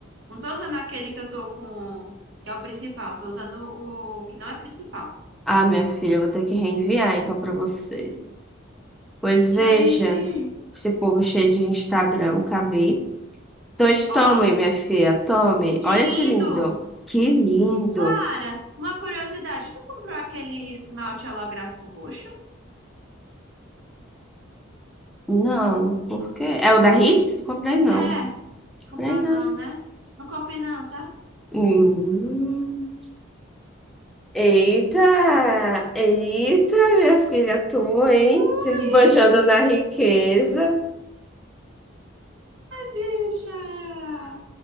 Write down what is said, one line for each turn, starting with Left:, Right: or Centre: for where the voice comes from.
Right: Não tô usando aquele que eu tô com, que é o principal. Tô usando o que não é principal.
Centre: Ah, minha filha, eu vou ter que reenviar então pra você. Pois veja,
Right: Hey, Vi!
Centre: esse povo cheio de Instagram, nunca vi. Pois tome,
Right: Ó,
Centre: minha filha, tome.
Right: que
Centre: Olha
Right: lindo!
Centre: que lindo. Que lindo.
Right: Clara, uma curiosidade. Tu comprou aquele esmalte holográfico roxo?
Centre: Não, por quê? É o da Hits? Não comprei, não.
Right: É, comprou
Centre: Comprei nada.
Right: não, né? Não comprei não, tá?
Centre: Hum. Eita, eita, minha filha, tu, hein?
Right: Ui,
Centre: Se esbanjando na riqueza.
Right: bicha!